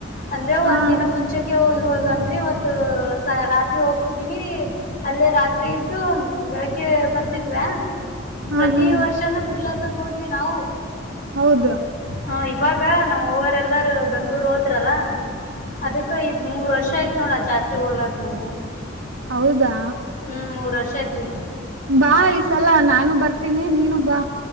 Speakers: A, on the left; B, on the right.
A: ಅಂದ್ರೆ
B: ಹಾ
A: ಒಂದ್ ದಿನ ಮುಂಚಕ್ಕೆ ಇವಾಗ ಅಂದ್ರಿ ಇವತ್ತು ರಾತ್ರಿ ಹೋಗ್ತಿದೀವಿ ಅಲ್ಲೇ ರಾತ್ರಿ ಇದ್ದು ಬೆಳಗ್ಗೆ ಬರ್ತಿದ್ವ
B: ಹಾ
A: ಪ್ರತಿ
B: ಹಾ
A: ವರ್ಷನುೂ ಬಿಡ್ಲತಂಗ ಹೋಗಿವವಿ ನಾವು
B: ಹೌದು
A: ಹ ಇವಾಗ ನಮ್ಮ್ ವರೆ ಎಲ್ಲಾರೂ ಬೆಂಗ್ಳೂರು ಹೋದ್ರಲ್ಲ ಅದಕ್ಕ ಇದ್ ಮೂರ್ ವರ್ಷ ಆಯ್ತ್ ನೋಡ ಜಾತ್ರೆ ಹೋಲಾರ ನಾವು
B: ಹೌದಾ
A: ಹ್ಮ್ ಮೂರ್ ವರ್ಷ ಆಯ್ತು ಬಿಟ್ಟು
B: ಬಾ ಈ ಸಲ ನಾನು ಬರ್ತೀನಿ ನೀನು ಬಾ